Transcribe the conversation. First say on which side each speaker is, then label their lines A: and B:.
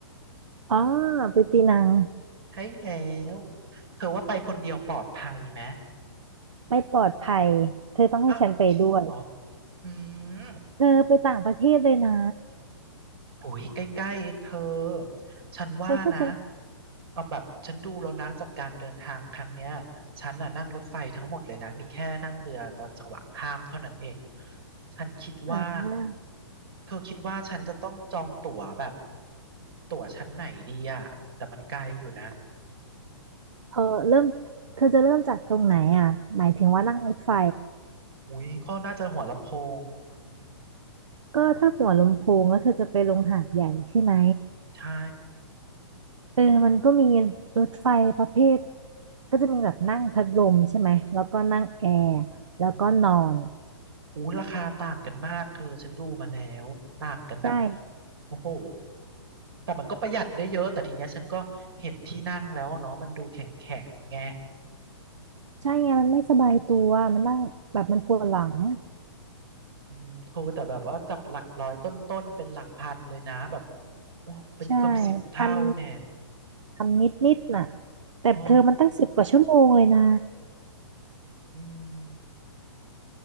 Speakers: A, on the right; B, on the right.
A: อ๋อไปปีนัง
B: ใช่แล้วเธอว่าไปคนเดียวปลอดภัยไหม
A: ไม่ปลอดภัยเธอต้องให้ฉันไปด้วย
B: อ้าวจริงเหรออืม
A: เธอไปต่างประเทศเลยนะ
B: โอ้ยใกล้ๆเองเธอ ฉันว่านะ
A: เธอก็ฉัน
B: เอาแบบฉันดูแล้วนะจากการเดินทางครั้งเนี้ยฉันน่ะนั่งรถไฟทั้งหมดเลยนะมีแค่นั่งเรือตอนจังหวะข้ามเท่านั้นเองฉันคิดว่า
A: อ่า
B: เธอคิดว่าฉันจะต้องจองตั๋วแบบตั๋วชั้นไหนดีอะแต่มันไกลอยู่นะ
A: เออเริ่มเธอจะเริ่มจากตรงไหนอ่ะหมายถึงว่านั่งรถไฟ
B: อุ้ยก็น่าจะหัวลำโพงอืม
A: ก็ถ้าหัวลำโพงแล้วเธอจะไปลงหาดใหญ่ใช่ไหม
B: ใช่
A: เออมันก็มีรถไฟประเภทก็จะมีแบบนั่งพัดลมใช่ไหม แล้วก็นั่งแอร์แล้วก็นอน
B: อืม อู้ราคาต่างกันมากเธอฉันดูมาแล้วต่างกันแบบ
A: ใช่
B: โอ้โหแต่มันก็ประหยัดได้เยอะแต่ทีเนี้ยฉันก็เห็นที่นั่งแล้วเนาะมันดูแข็งแข็งไง
A: ใช่ไงมันไม่สบายตัวมันนั่งแบบมันปวดหลัง
B: อืมโทรแต่แบบว่าจากหลักร้อยต้นๆเป็นหลักพันเลยนะแบบโอ้เป็นเกือบสิบเท่าเนี่ย
A: ใช่พัน ทำนิดนิดน่ะแต่เธอมันตั้งสิบกว่าชั่วโมงเลยนะ
B: อ๋ออืม